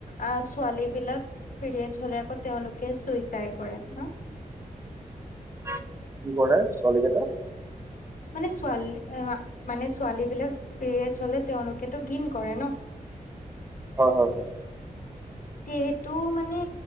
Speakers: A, on the left; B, on the right.
A: আহ ছোৱালী বিলাক পিৰিয়ড হলে আকৌ তেওঁলোকে চুইচাই কৰে ন
B: কি কৰে ছোৱালীকেইটাই
A: মানে ছোৱালী মানে ছোৱালী বিলাক পিৰিয়ডছ হলে তেওঁলোকেতো ঘিণ কৰে ন।
B: হয় হয় হয়
A: যিহেতু মানে